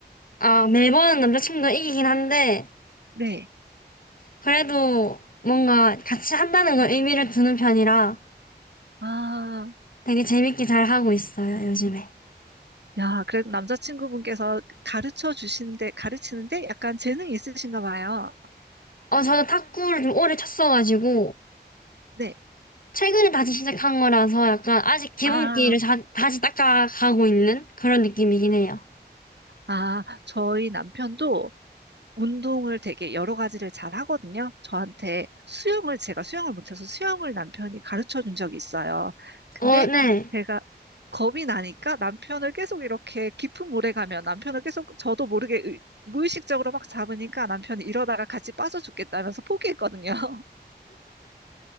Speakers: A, on the left (about 50°); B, on the right (about 75°).
A: 아, 매번 남자친구가 이기긴 한데,
B: 네.
A: 그래도 뭔가 같이 한다는 걸 의미를 두는 편이라
B: 아,
A: 되게 재밌게 잘 하고 있어요, 요즘에.
B: 야, 그래도 남자친구분께서 가르쳐 주시는데, 가르치는데 약간 재능이 있으신가 봐요.
A: 어, 저는 탁구를 좀 오래 쳤어가지고,
B: 네.
A: 최근에 다시 시작한 거라서 약간 아직 기본기를
B: 아,
A: 자- 다시 닦아가고 있는 그런 느낌이긴 해요.
B: 아, 저희 남편도 운동을 되게 여러 가지를 잘 하거든요. 저한테 수영을, 제가 수영을 못해서 수영을 남편이 가르쳐 준 적이 있어요. 근데
A: 어, 네.
B: 제가 겁이 나니까 남편을 계속 이렇게 깊은 물에 가면 남편을 계속 저도 모르게 의- 무의식적으로 막 잡으니까 남편이 이러다가 같이 빠져 죽겠다면서 포기했거든요. <laughs>